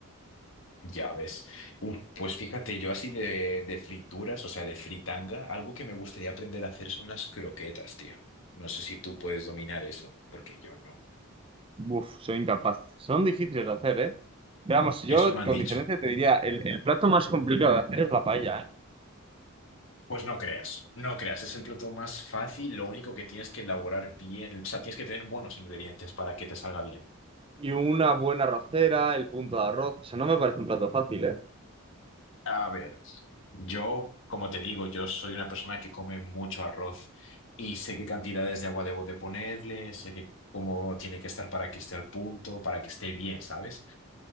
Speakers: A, on the left (about 60°); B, on the right (about 25°).
A: Ya ves. Uf, pues fíjate, yo así de, de frituras, o sea, de fritanga, algo que me gustaría aprender a hacer son las croquetas, tío. No sé si tú puedes dominar eso, porque yo no.
B: Uf, soy incapaz. Son difíciles de hacer, ¿eh? Veamos, yo
A: Eso me han
B: con
A: dicho.
B: diferencia te diría, el, el plato más complicado de hacer es la paella, ¿eh?
A: Pues no creas, no creas, es el plato más fácil, lo único que tienes que elaborar bien, o sea, tienes que tener buenos ingredientes para que te salga bien.
B: Y una buena arrocera, el punto de arroz. Eso no me parece un plato fácil, ¿eh?
A: A ver, yo, como te digo, yo soy una persona que come mucho arroz y sé qué cantidades de agua debo de ponerle, sé que cómo tiene que estar para que esté al punto, para que esté bien, ¿sabes?